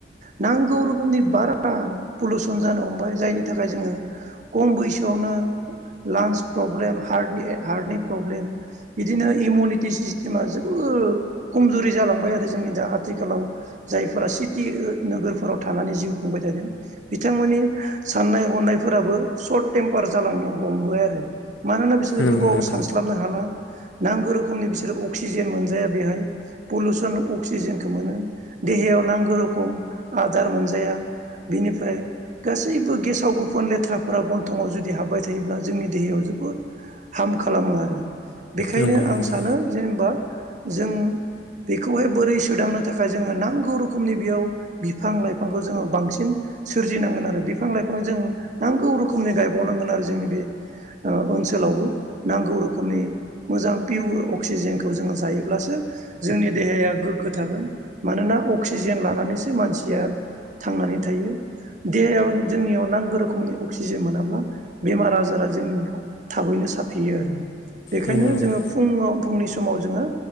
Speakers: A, on the right (about 40°); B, on the left (about 85°).
A: नांगौ रोखोमनि बारा पलुसन जानो हमबाय जायनि थाखाय जोङो खम बैसोआवनो लांस प्रब्लेम हार्टनि ए हार्टनि प्रब्लेम बिदिनो इमिउनिटि सिस्ट टिमा जोबोर खमजुरि जालांबाय आरो जोंनि दा आथिखालाव जायफोरा सिटि नोगोरफोराव थानानै जिउ खुंबाय थादों बिथांमोननि साननाय हनायफोराबो सर्ट टेम्पार जालांनो हमबोय आरो। मानोना बिसोरो
B: नंगौ
A: गोबाव
B: नंगौ
A: सानस्लाबनो हाला। नांगौ रोखोमनि बिसोरो अ क्सिजेन मोनजाया बेहाय पलुसन अक्सिजेनखो मोनो देहायाव नांगो रोखम आदार मोनजाया बेनिफ्राय गासैबो गेसाव गुफोन लेथ्राफोरा गन्थंआव जुदि हाब्बाय थायोब्ला जोंनि देहायाव जोबोद हाम खालामो आरो। बेखायनो
B: नंगौ नंगौ
A: आं सानो जेन बा जों बेखौहाय बोरै सोदांनो थाखाय जोंङो नांगौ रोखोमनि बेयाव बिफां लाइांखौ जोङो बांसिन सोरजिनांगोन आरो बिफां लाइफां जों नांगौ रोखोमनि गायबावनांगोन आरो जोंनि बे ओ ओनसोलावबो नांगौ रोखोमनि मोजां पियर अक्सिजेन खौ जोङो जायोब्लासो जोंनि देहाया गोग्गो थागोन मानोना अक्सिजेन लानानैसो मानसिया थांनानै थायो देहायाव जोंनियाव नांगो रोखोमनि अक्सिजेन मोनाब्ला बेमार आजारा जोंनियाव थाबैनो साफियो आरो। बेखायनो
B: नंगौ नंगौ
A: जोङो फुंङाव‌। फुंनि स समाव जोंङो